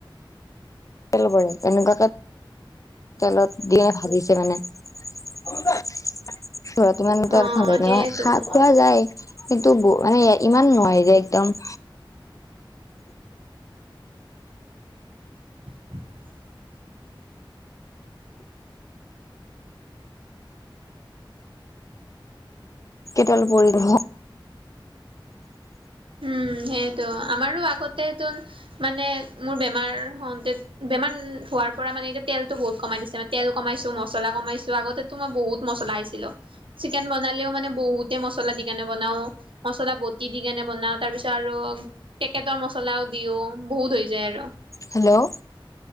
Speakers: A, on the left (about 40°); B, on the right (about 75°).
A: তেল পৰে এনেকুৱাকে তেলত দিয়ে ভাজিছে মানে ঘৰতো ইমান তেল
B: অ',
A: খালে
B: সেইয়েতো
A: নহয় খা খোৱা যায় এইটো মানে ইমান নহয় যে একদম
B: <unintelligible>
A: কে তেল পৰিল <unintelligible>
B: উম সেইটো আমাৰো আগতেতোন মানে মোৰ বেমাৰ হওঁতে বেমান হোৱাৰ পৰা মানে এতিয়া তেলতো বহুত কমাই দিছে মানে তেল কমাইছো মছলা কমাইছো আগতে তো মই বহুত মছলা খাইছিলো চিকেন বনালেও মানে বহুতে মছলা দি কেনে বনাও মচলা বটি দি কেনে বনাও তাৰ পিছত আৰু পেকেটৰ মছলাও দিও বহুত হৈ যায় আৰু।
A: Hello.